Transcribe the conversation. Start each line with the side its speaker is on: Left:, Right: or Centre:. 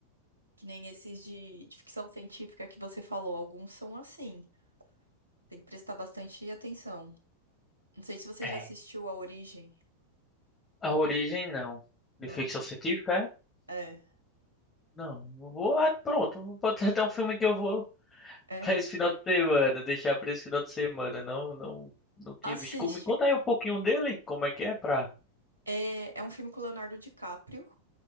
Right: Que nem esses de, de ficção científica que você falou, alguns são assim. Tem que prestar bastante atenção. Não sei se você
Left: É.
Right: já assistiu A Origem.
Left: A origem, não.
Right: Não?
Left: De ficção científica, é?
Right: É.
Left: Não. Eu Vou, ah, pronto. Vou botar até um filme que eu vou <laughs>
Right: É.
Left: pra esse final de semana. Deixar pra esse final de semana. Não, não, não tive
Right: Assiste.
Left: visto. Me conta aí um pouquinho dele. Como é que é pra...
Right: É, é um filme com o Leonardo DiCaprio.